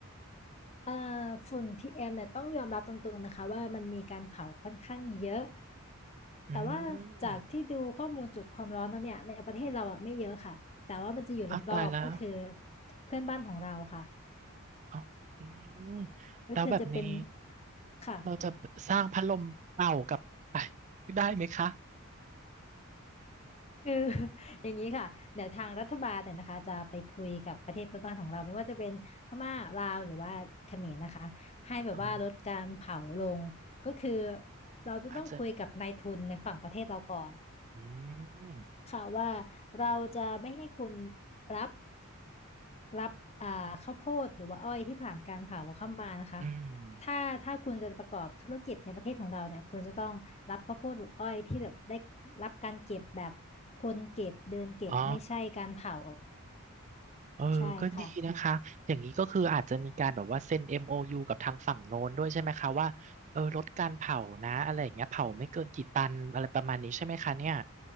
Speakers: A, on the left (about 30°); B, on the right (about 35°).
A: เอ่อฝุ่น PM เอ็มเนี่ยต้องยอมรับตรงๆนะคะว่ามันมีการเผาค่อนข้างเยอะ
B: อืม
A: แต่ว่าจากที่ดูข้อมูลจุดความร้อนแล้วเนี่ยในประเทศเราอ่ะไม่เยอะค่ะแต่ว่ามันจะอยู่รอบๆก็คือ
B: อ้าวตายแล้ว
A: เพื่อนบ้านของเราค่ะ
B: อ๋ออืม
A: ก็คือจะเป็น
B: แล้วแบบนี้
A: ค่ะ
B: เราจะสร้างพัดลมเป่ากลับไปได้ไหมคะ
A: คือ <laughs> อย่างนี้ค่ะเดี๋ยวทางรัฐบาลเนี่ยนะคะจะไปคุยกับประเทศเพื่อนบ้านของเราไม่ว่าจะเป็นพม่าลาวหรือว่าเขมรนะคะให้แบบว่าลดการเผาลงก็คือ
B: อ๋อ
A: เราจะต้องคุยกับนายทุนในฝั่งประเทศเราก่อน
B: อาจจะอืม
A: ค่ะว่าเราจะไม่ให้คุณรับรับอ่าข้าวโพดหรือว่าอ้อยที่ผ่านการเผาเข้ามานะคะ
B: อืม
A: ถ้าถ้าคุณจะประกอบธุรกิจในประเทศของเราเนี่ยคุณจะต้องรับข้าวโพดหรืออ้อยที่แบบได้รับการเก็บแบบคนเก็บเดินเก็บไม่ใช่การเผา
B: อ๋อเออก็ดีนะคะอย่างนี้ก็คืออาจจะมีการแบบว่าเซ็น
A: ใช่ค่ะ
B: MOU กับทางฝั่งโน้นด้วยใช่ไหมคะว่าเออลดการเผานะอะไรอย่างเงี้ยเผาไม่เกินกี่ตันอะไรประมาณนี้ใช่ไหมคะเนี่ย